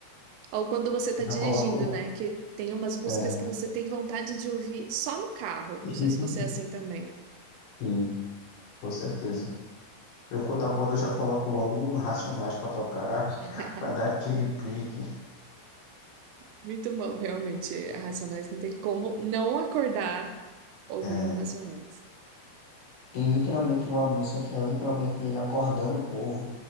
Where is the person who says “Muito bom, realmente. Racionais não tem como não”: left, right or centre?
Right